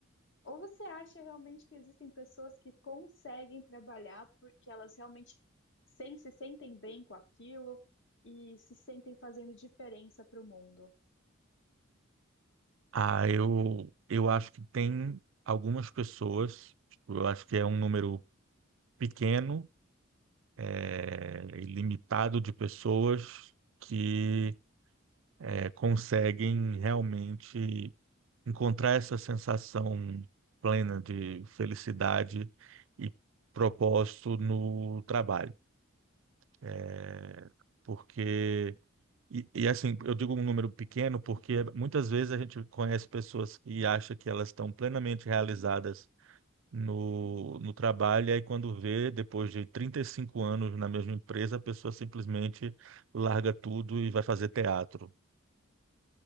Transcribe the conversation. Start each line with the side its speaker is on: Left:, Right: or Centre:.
Left: Ou você acha realmente que existem pessoas que conseguem trabalhar porque elas realmente sem- se sentem bem com aquilo e se sentem fazendo diferença para o mundo?
Right: Ah, eu, eu acho que tem algumas pessoas, tipo, eu acho que é um número pequeno, é, e limitado de pessoas que é, conseguem realmente encontrar essa sensação plena de felicidade e propósito no trabalho. É, porque e, e, assim, eu digo um número pequeno porque muitas vezes a gente conhece pessoas e acha que elas estão plenamente realizadas no, no trabalho, e aí quando vê, depois de 35 anos na mesma empresa, a pessoa simplesmente larga tudo e vai fazer teatro.